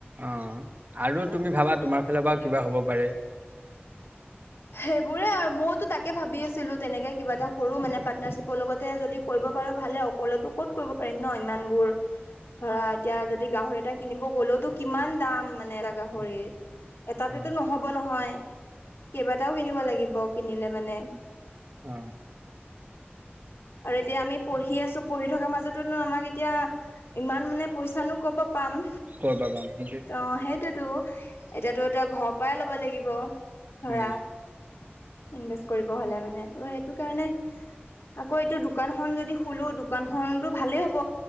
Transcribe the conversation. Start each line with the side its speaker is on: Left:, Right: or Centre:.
Right: অঁ আৰু
Left: এতিয়া
Right: তুমি ভাবা তোমাৰ ফালৰ পৰা কিবা হ'ব পাৰে।
Left: সেইবোৰে আৰু মইতো তাকে ভাবি আছিলো তেনেকৈ কিবা এটা কৰোঁ মানে পাৰ্টনাৰশ্বিপৰ লগতে যদি কৰিব পাৰো ভালে অকলেটো ক'ত কৰিব পাৰিম ন ইমানবোৰ। ধৰা এতিয়া যদি গাহৰি এটা কিনিব গলেওটো কিমান দাম মানে এটা গাহৰিৰ। এটাতেতো
Right: অ
Left: নহব নহয় কেইবাটাও কিনিব লাগিব কিনিলে মানে।
Right: অঁ।
Left: আৰু এতিয়া আমি পঢ়ি আছো পঢ়ি থকাৰ মাজতোনো আমাক এতিয়া ইমান মানে পইচানো কৰপৰা পাম,
Right: ক'ৰ পৰা পাম সেইটোৱেটো
Left: অঁ সেইটোতো। এতিয়াতো এতিয়া ঘৰৰ পৰাই ল'ব লাগিব ধৰা।
Right: উম
Left: ইনভেষ্ট কৰিব হলে মানে ত' সেইটো কাৰণে আকৌ এইটো দোকানখন যদি খোলো দোকানখনতো ভালেই হ'ব।